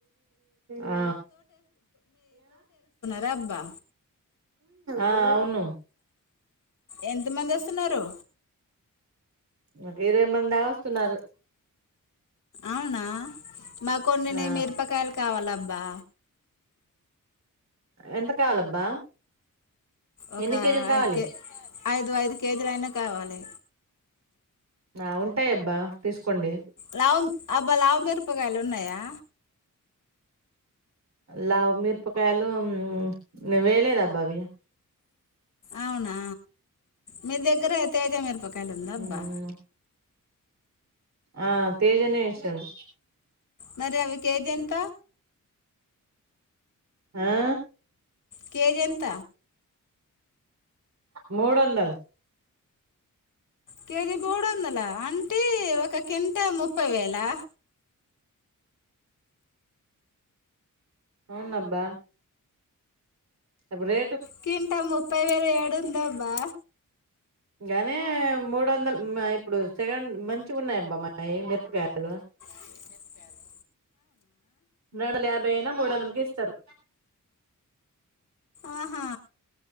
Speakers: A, on the right (about 55°); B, on the left (about 65°).
A: ఆ
B: రబ్బా
A: ఆ అవును.
B: ఎంత మంది వస్తున్నారు?
A: ఒక ఇరవై మంది దా వస్తున్నారు
B: అవునా మాకు కొన్ని నీ
A: ఆ
B: మిరపకాయలు కావాలబ్బా.
A: ఎంత కావాలబ్బా?
B: ఒక
A: ఎన్ని కేజీలు కావాలి
B: ఐదు కే ఐదు ఐదు కేజీలయిన కావాలి.
A: ఆ ఉంటాయబ్బా తీసుకోండి.
B: లావు అబ్బా లావుమిరపకాయలు ఉన్నాయా?
A: లావు మిరపకాయలు ఉమ్ వేయలేదబ్బా అవి.
B: అవునా, మీ దగ్గర తేజ మిరపకాయలు ఉందా అబ్బా?
A: మ్, ఆ తేజనే ఏషాను.
B: మరి అవి కేజెంత?
A: ఆ
B: కేజి ఎంత?
A: మూడు వందల్
B: కేజీ మూడు వందల అంటే ఒక కింటా ముప్పై వేలా
A: అవునబ్బా ఎప్ రే
B: కింటా ముప్పై వేలు ఏడుందబ్బా
A: గానీ మూడు వందలు ఇప్పుడు సెకండ్ మంచి ఉన్నాయి అబ్బా మాయి మిరపకాయలు
B: ప <inaudible>
A: రెండు వందల యాభై అయినా మూడు వందలకి ఇస్తారు
B: ఆహా